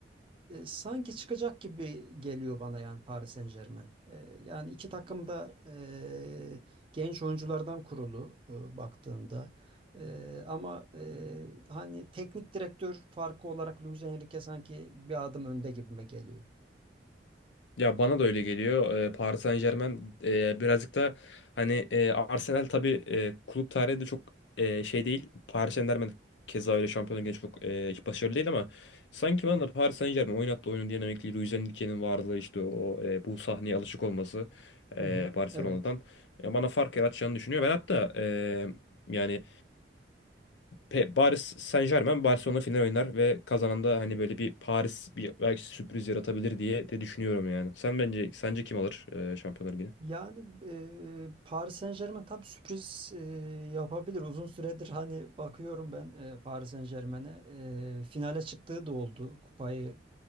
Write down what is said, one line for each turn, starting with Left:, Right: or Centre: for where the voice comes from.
Right: e, sanki çıkacak gibi geliyor bana yani Paris Saint-Germain. E, yani iki takım da e, genç oyunculardan kurulu e, baktığında. E, ama e, hani teknik direktör farkı olarak Luis Enrique sanki bir adım önde gibime geliyor.
Left: Ya bana da öyle geliyor. Ee, Paris Saint-Germain e, birazcık da hani e, Arsenal tabii e, kulüp tarihi de çok e, şey değil. Paris Saint-Germain keza öyle Şampiyonlar Ligi'nde çok e, hiç başarılı değil ama sanki bana da Paris Saint-Germain oynattığı oyunun dinamikliği, Luis Enrique'nin varlığı işte o e, bu sahneye alışık olması e,
Right: Hı hı.
Left: Barcelona'dan
Right: Evet.
Left: e, bana fark yaratacağını düşünüyor. Ben hatta e, yani Pe- Paris Saint-Germain Barcelona final oynar ve kazanan da hani böyle bir Paris bir belki sürpriz yaratabilir diye de düşünüyorum yani. Sen bence sence kim alır e, Şampiyonlar Ligi'ni?
Right: Yani e, Paris Saint-Germain tabii sürpriz e, yapabilir. Uzun süredir hani bakıyorum ben e, Paris Saint-Germain'e. E, finale çıktığı da oldu. Kupayı